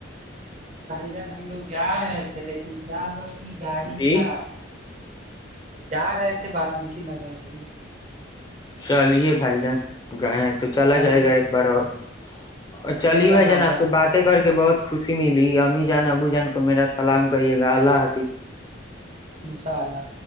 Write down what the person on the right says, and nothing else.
نہیں بھائی جان ہم لوگ ج ہے تھے لیکن کیا ہوا کی گاڑی
خراب ہو گیا جا رہے تھے والمیک نگر ہی
چلیے
ٹھیک ہے
جان
انشاءاللہ